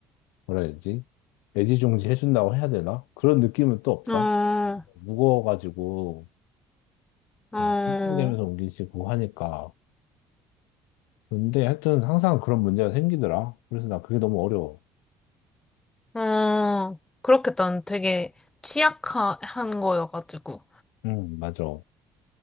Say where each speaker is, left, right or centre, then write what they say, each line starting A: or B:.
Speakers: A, on the left (about 85°); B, on the left (about 20°).
A: 뭐라 해야 되지? 애지중지 해준다고 해야 되나? 그런 느낌은 또 없다.
B: 어,
A: 무거워가지고
B: 어.
A: 막 낑낑대면서 옮기시고 하니까. 근데 하여튼 항상 그런 문제가 생기더라. 그래서 나 그게 너무 어려워.
B: 어, 그렇겠다. 난 되게 취약한 거여가지고.
A: 응, 맞아.